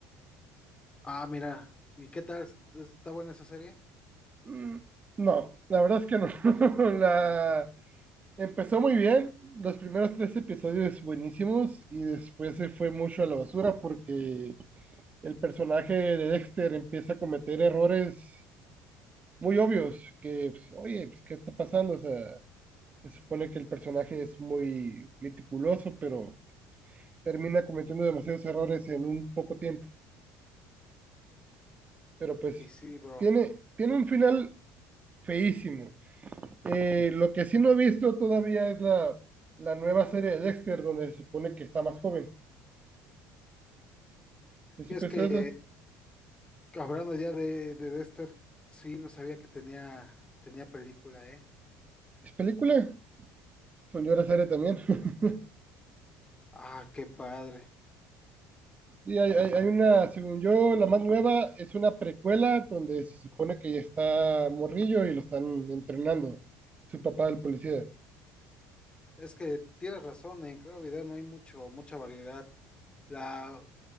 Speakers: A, on the left (about 20°); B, on the right (about 25°).
A: Ah, mira, ¿y qué tal? ¿Está buena esa serie?
B: Mm, No, la verdad es que no. <laughs> La,
A: Ajá.
B: empezó muy bien, los primeros tres episodios buenísimos y después se fue mucho a la basura porque el personaje de Dexter empieza a cometer errores muy obvios que, pues, oye, pues, ¿qué está pasando? O sea, se supone que el personaje es muy meticuloso, pero termina cometiendo demasiados errores en un poco tiempo. Pero pues
A: Y sí, bro.
B: tiene, tiene un final feísimo. Eh, lo que sí no he visto todavía es la, la nueva serie de Dexter, donde se supone que está más joven. ¿Y supe
A: Y es que,
B: esa?
A: hablando ya de, de Dexter, sí, no sabía que tenía, tenía película, ¿eh?
B: ¿Es película? Señora serie también. <laughs>
A: Ah, qué padre.
B: Y hay, hay- hay una, según yo, la más nueva es una precuela donde se supone que ya está morrillo y lo están entrenando. Su papá, el policía,
A: Es que tienes razón, en Claro Video no hay mucho, mucha variedad. La